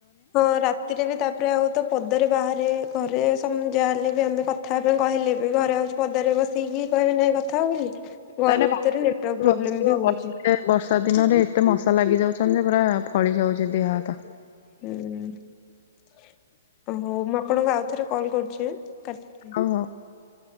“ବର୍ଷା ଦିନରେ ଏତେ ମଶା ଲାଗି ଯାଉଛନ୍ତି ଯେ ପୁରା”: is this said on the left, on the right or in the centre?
Left